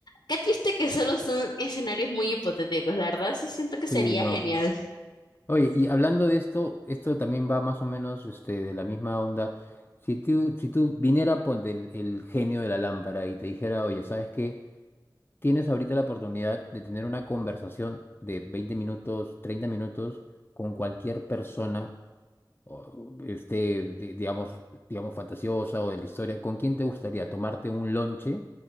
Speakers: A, on the left; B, on the left.
A: Qué triste que solo son escenarios muy hipotéticos. La verdad sí siento que sería
B: sí, no.
A: genial.
B: Oye, y hablando de esto, esto también va más o menos este, de la misma onda. Si tú, si tú viniera, ponte el, el genio de la lámpara y te dijera, oye, ¿sabes qué? Tienes ahorita la oportunidad de tener una conversación de 20 minutos, 30 minutos con cualquier persona, o, este, di- digamos, digamos, fantasiosa o de la historia. ¿Con quién te gustaría tomarte un lonche,